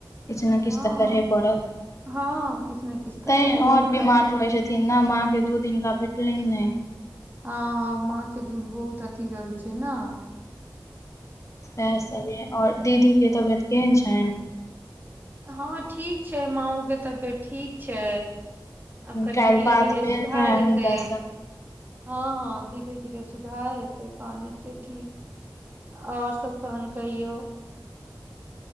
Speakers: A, on the left; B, on the right.
A: किछु ने किछु
B: हँ
A: तऽ करहे पड़त
B: हँ किछु ने किछु तऽ
A: तैं
B: करहे
A: आओर
B: पड़त
A: बिमार रहै छथिन न माँ के दूध हुनका भेटलनि नहि
B: हँ हँ माँ के दूध बहुत अथि रहै छै न
A: सेएह सब या आओर दीदी के तबियत केहन छनि
B: हँ ठीक छै मांओ के तबियत ठीक छै आब कनि
A: काल्हि
B: धीरे
A: बात
B: धीरे
A: भेल
B: सुधार
A: रहे
B: हेतै
A: हुनका से
B: हँ हँ धीरे धीरे सुधार हेतै पानि तऽ ठीक आओर सभ तहन कहियौ